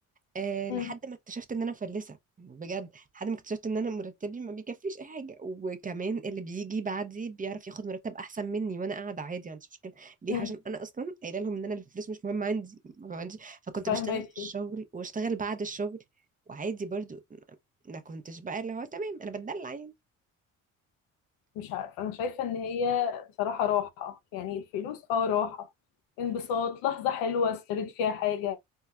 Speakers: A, on the right; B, on the left.
A: أه
B: مم.
A: لحد ما اكتشفت ان انا مفلسه بجد لحد ما اكتشفت ان انا مرتبي ما بيكفيش اي حاجه وكمان اللي بيجي بعدي بيعرف ياخد مرتب احسن مني وانا قاعده عادي ما عنديش مشكله ليه
B: مم.
A: عشان انا اصلا قايله لهم ان انا الفلوس مش مهمه عندي ما عندي فكنت
B: فاهماكي
A: بشتغل في الشغل واشتغل بعد الشغل وعادي برضو ما ما كنتش بقى اللي هو تمام انا بتدلع يعني
B: مش عارفه انا شايفه ان هي بصراحه راحه يعني الفلوس اه راحه انبساط لحظه حلوه اشتريت فيها حاجه